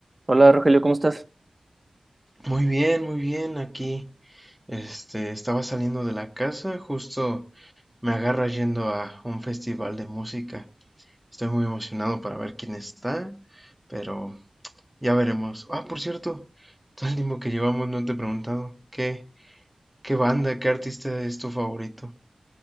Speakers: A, on the right; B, in the centre.
A: Hola Rogelio, ¿cómo estás?
B: Muy bien, muy bien. Aquí, este, estaba saliendo de la casa, justo me agarra yendo a un festival de música. Estoy muy emocionado para ver quién está, pero ya veremos. Ah, por cierto, <laughs> todo el tiempo que llevamos no te he preguntado qué, qué banda, qué artista es tu favorito.